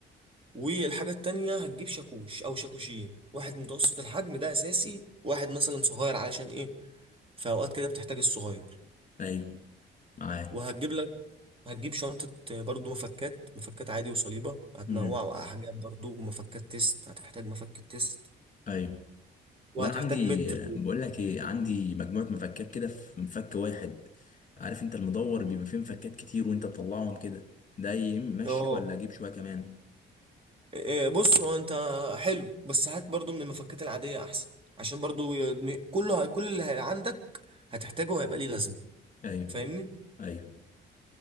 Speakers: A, on the right; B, on the left.
A: والحاجة التانية هتجيب شاكوش أو شاكوشين واحد متوسط الحجم ده أساسي واحد مثلا صغير علشان إيه في أوقات كده بتحتاج الصغير
B: ايوه معاك
A: وهتجيب لك هتجيب شنطة برضو مفكات مفكات عادي وصليبة هتنوع
B: امم
A: أحجام برضو ومفكات تيست هتحتاج مفك التيست
B: ايوه
A: وهتحتاج
B: طب انا عندي
A: متر
B: بقول لك ايه عندي مجموعه مفكات كده في مفك واحد عارف انت المدور بيبقى فيه مفكات كتير وانت تطلعهم كده ده يمشي
A: اه
B: ولا اجيب شويه كمان
A: إيه، بص هو انت حلو بس هات برضو من المفكات العادية أحسن عشان برضو ي- م- كله كل اللي عندك هتحتاجه هيبقى ليه لازمة
B: ايوه
A: فاهمني
B: ايوه